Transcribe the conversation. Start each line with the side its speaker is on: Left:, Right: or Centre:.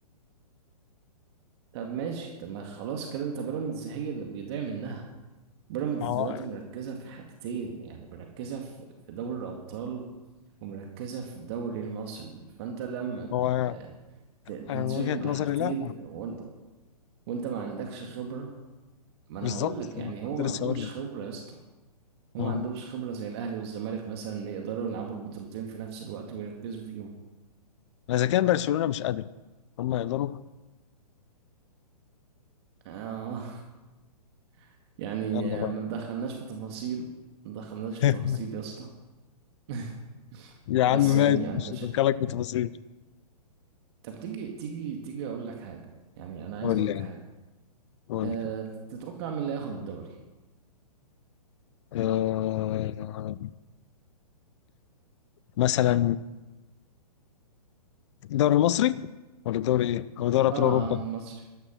Right: طب ماشي طب ما خلاص كده انت بيراميدز هي اللي بيضيع منها بيراميدز
Left: ما هو
Right: دلوقتي مركزة في حاجتين يعني مركزة في في دوري الأبطال ومركزة في الدوري المصري فانت لما
Left: ما هو
Right: آه، ت- تنشغل
Left: انا من وجهه
Right: بحاجتين
Left: نظري لا
Right: وانت وانت ما عندكش خبرة ما انا
Left: بالظبط
Right: هقول لك يعني
Left: أنا
Right: هو
Left: كنت
Right: ما
Left: لسه
Right: عندهمش
Left: هقول
Right: خبرة يا اسطى هو
Left: لك
Right: ما عندهمش خبرة زي الأهلي والزمالك مثلا يقدروا يلعبوا البطولتين في نفس الوقت ويركزوا فيهم
Left: ما اذا كان برشلونه مش قادر هم يقدروا
Right: اه <laughs> يعني
Left: يلا بقى
Right: آه، ما تدخلناش في تفاصيل ما تدخلناش في
Left: <laughs>
Right: تفاصيل يا اسطى <laughs>
Left: يا عم
Right: بس
Left: ماشي
Right: يعني
Left: مش
Right: انا شايف
Left: هدخلك في تفاصيل
Right: طب تيجي تيجي تيجي اقول لك حاجه يعني انا عايز
Left: قول
Right: اقول
Left: لي
Right: لك
Left: يعني،
Right: حاجه
Left: قول
Right: أه
Left: لي
Right: تتوقع مين اللي هياخد الدوري
Left: آه مثلا دوري مصري ولا دوري ايه؟ او دوري ابطال
Right: اه
Left: اوروبا
Right: آه، المصري